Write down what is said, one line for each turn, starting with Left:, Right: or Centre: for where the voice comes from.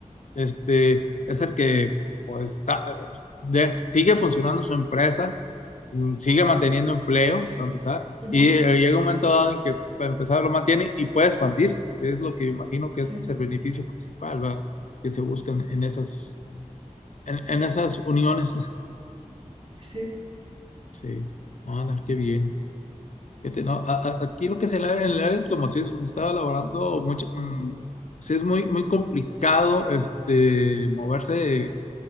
Left: este, es el que pues está- de- sigue funcionando su empresa, mm, sigue manteniendo empleo, para empezar,
Right: ujú,
Left: y eh, llega un momento dado en que para empezar lo mantiene y puede expandirse, es lo que yo imagino que
Right: sí,
Left: este es el beneficio principal, ¿verdad? que se buscan en esas, en en esas uniones.
Right: sí,
Left: Sí, ah, no, qué bien. Fíjate, no, a- a- aquí lo que es el área, en el área automotriz donde estaba laborando mucho, mm, sí es muy, muy complicado este, moverse